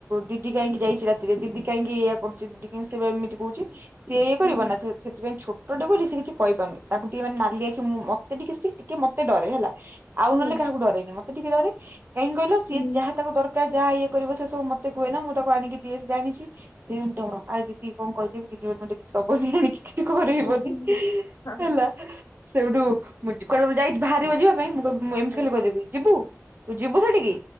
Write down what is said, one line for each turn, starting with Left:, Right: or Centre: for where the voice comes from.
Right: ଦିଦି କାହିଁକି? ଯାଇଛି ରାତିରେ ଦିଦି କାହିଁକି ଏୟା କରୁଛି ଦିଦି କାହି ସେ ବା ଏମିତି କହୁଛି। ସିଏ ଏ କରିବ
Left: ହୁଁ
Right: ନା ଛ୍ ସେଥିପାଇଁ ଛୋ ଟୋ ଟେ ବୋଲି ସିଏ କିଛି କହିପାରୁନି, ତାକୁ ଟିକେ ମାନେ ନାଲି ଆଖି ମୁଁ ମତେ ଟିକେ ସିଏ ଟିକେ ମତେ ଡରେ ହେଲା। ଆଉ
Left: ହୁଁ
Right: ନହେଲେ କାହାକୁ ଡରେନା। ତେ ଟିକେ ଡରେ। କାହିଁକି କହିଲ ସିଏ
Left: ହୁଁ
Right: ଯାହା ତାକୁ ଦର କା ଯାହା ଇଏ କରିବ ସେ ସବୁ ମତେ କୁହେ ନା ମୁଁ ତ କୁ ଆଣିକି ଦିଏ ସେ ଜାଣିଛି। <unintelligible> ଆଜି କି କଣ କହିଦେବି କି। ଯୋଉ ପର୍ଯନ୍ତ କି ସବୁ ହି ଆଣିକି। କିଛି କରି ହେବନି
Left: ହୁଁ ହଁ
Right: ହେଲା। ସେଉଠୁ ମୁ ଜ୍ କରିବାକୁ ଯାଇ ବାହାରିବ ଜିଆ ପାଇଁ ମୁ କହିବ୍ ମୁଁ ଏମିତି
Left: ହଁ
Right: ଖାଲି କହିଦେବି, ଯିବୁ? ତୁ ଯିବୁ ସେଠିକି?